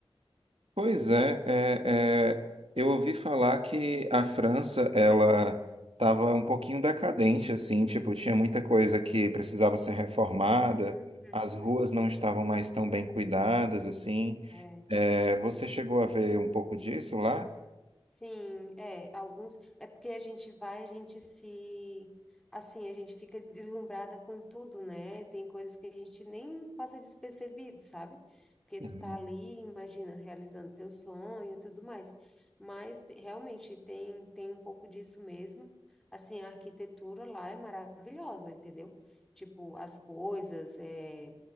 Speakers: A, on the right (about 80°); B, in the centre.
A: Pois é, é, é, eu ouvi falar que a França, ela estava um pouquinho decadente, assim, tipo, tinha muita coisa que precisava ser reformada,
B: Uhum.
A: as ruas não estavam mais tão bem cuidadas, assim.
B: É.
A: É, você chegou a ver um pouco disso lá?
B: Sim, é, alguns, é porque a gente vai, a gente se, assim, a gente fica deslumbrada com tudo, né? Tem coisas que a gente nem passa despercebido, sabe? Porque
A: Uhum,
B: tu tá ali, imagina, realizando teu sonho e tudo mais. Mas te- realmente tem, tem um pouco disso mesmo. Assim, a arquitetura lá é maravilhosa, entendeu? Tipo, as coisas, é